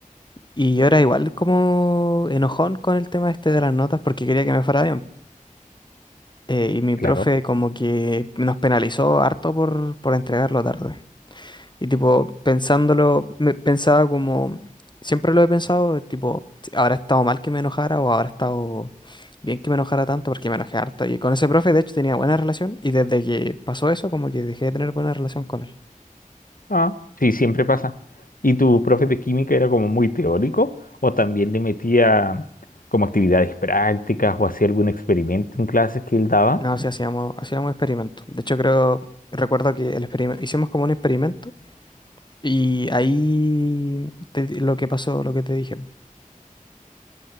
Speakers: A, on the left (about 30°); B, on the left (about 75°).
A: y yo era igual como enojón con el tema este de las notas porque quería que me fuera bien. Eh, y mi
B: Claro.
A: profe como que nos penalizó harto por, por entregarlo tarde. Y tipo, pensándolo, me pensaba como, siempre lo he pensado, tipo, si habrá estado mal que me enojara o habrá estado bien que me enojara tanto porque me enojé harto. Y con ese profe, de hecho, tenía buena relación y desde que pasó eso, como que dejé de tener buena relación con él.
B: Ah, sí, siempre pasa. ¿Y tu profe de química era como muy teórico o también le metía mm, como actividades prácticas o hacía algún experimento en clases que él daba?
A: No, sí, hacíamos, hacíamos experimentos. De hecho, creo, recuerdo que el experimento, hicimos como un experimento y ahí te di- lo que pasó, lo que te dije,